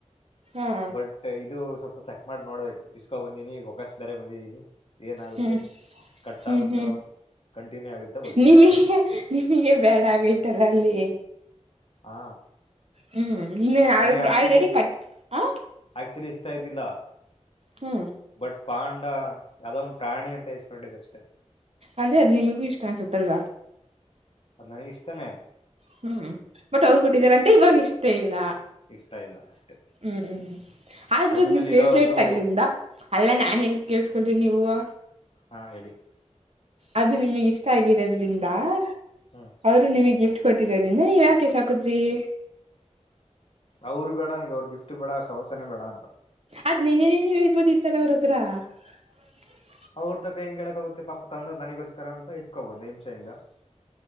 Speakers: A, on the right; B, on the left.
A: ಹ್ಮ್
B: ಬಟ್ ಇದು ಸ್ವಲ್ಪ ಚೆಕ್ ಮಾಡಿ ನೋಡ್ಬೇಕು ಇಸ್ಕೊ ಬಂದೀನಿ ಒಗಸ್ ಬೇರೆ ಬಂದಿದೀನಿ. ಏನಾಗುತ್ತೆ
A: ಹ್ಮ್
B: ಕಟ್ಟಾಗುತ್ತೋ
A: ಹ್ಮ್ ಹ್ಮ್
B: ಕಂಟಿನ್ಯೂ ಆಗುತ್ತೋ ಗೊತ್ತಿಲ್ಲಾ.
A: ನಿಮಗೆ ನಿಮಗೆ ಬ್ಯಾಡ ಆಗೈತಲ್ಲ ಅಲ್ಲಿ.
B: ಹಾ
A: ಹು ಇನ್ನ
B: ನನಗೆ
A: ಆಲ್
B: ಆಕ್ಚುಲಿ
A: ಆಲ್ರೆಡಿ ಕಟ್ ಆ
B: ಆಕ್ಚುಲಿ ಇಷ್ಟಾ ಇದ್ದಿಲ್ಲಾ.
A: ಹು
B: ಬಟ್ ಪಾಂಡ ಯಾವ್ದೋ ಒಂದು ಪ್ರಾಣಿ ಅಂತ ಇಸ್ಕೊಂಡಿದ್ದೆ ಅಷ್ಟೇ.
A: ಅಂದ್ರೆ ಅದು ನಿಮಗೂ ಇಷ್ಟಾ ಅನ್ಸುತ್ತಲ್ವಾ.
B: ಅದ ನನಗ ಇಷ್ಟಾನೆ.
A: ಹೂ ಬಟ್ ಅವರ ಕೊಟ್ಟಿದಾರ ಅಂತ ಇವಾಗ ಇಷ್ಟೇ ಇಲ್ಲ
B: ಇಷ್ಟ ಇಲ್ಲ ಅಷ್ಟೆ
A: ಹೂ ಹು. <unintelligible> ಆದ್ರೂ
B: ಅದ್ರ
A: ನಿಮ್ಮ
B: ಮೇಲೆ
A: ಫೇವ್ರೇಟ್
B: ಇರೋದು
A: ಆಗಿರೋದ್ರಿಂದ ಅಲ್ಲ ನಾನ್ ಹೆಂಗ್ ಕೇಳಿಸಿಕೊಂಡರೆ ನೀವು. <unintelligible>
B: ಹಾ ಹೇಳಿ. <unintelligible>
A: ಅದು ನಿಮಗ್ ಇಷ್ಟ ಆಗಿರೋದ್ರಿಂದ. <unintelligible>
B: ಹು. <unintelligible>
A: ಅವರು ನಿಮಗೆ ಗಿಫ್ಟ್ ಕೊಟ್ಟಿರೋದನ ಏಕ್ ಎಸಾಕದ್ರೀ. <unintelligible>
B: ಅವ್ರು ಬೇಡ ನಂಗ್ ಅವ್ರ ಗಿಫ್ಟ್ ಬೇಡ ಸವಾಸನೆ ಬೇಡ ಅಂತ.
A: ಅದ ನಿನ್ನೆನೆ ನೀ ಹೇಳ್ಬೋದ ಇತ್ತ ಅವರ ಹತ್ರ. <unintelligible> <inaudible>
B: ಅವ್ರ ತಕ್ಕ ಹೆಂಗೆ ಹೇಳಕ್ಕಗುತ್ತೆ ಪಾಪ ತಂದವರೆ ನನಿಗೋಸ್ಕರ ಅಂತ ಇಸ್ಕೊಬೋಂದು ಹಿಂಷೆಯಿಂದ. <unintelligible>